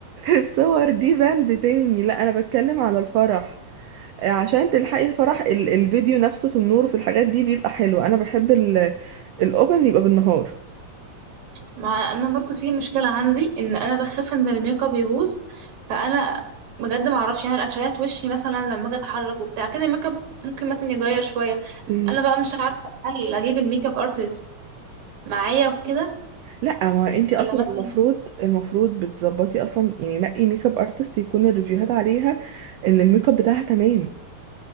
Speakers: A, on the right; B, on the right.
A: الصور دي بند تاني لا انا بتكلم على الفرح عشان تلحقي الفرح ال- الفيديو نفسه في النور وفي الحاجات دي بيبقى حلو انا بحب ال- الاوبن يبقى بالنهار
B: ما انا برضو في مشكله عندي ان انا بخاف ان الميك اب يبوظ فانا بجد ما اعرفش يعني الاكشنات وشي مثلا لما اجي اتحرك وبتاع كده الميك اب ممكن مثلا يغير شويه
A: مم.
B: انا بقى مش عارفه هل اجيب الميك اب ارتست معايا وكده
A: لا ما انتي اصلا
B: ولا مثلا
A: المفروض المفروض بتظبطي اصلا يعني نقي ميك اب ارتست يكون الريفيوهات عليها ان الميك اب بتاعها تمام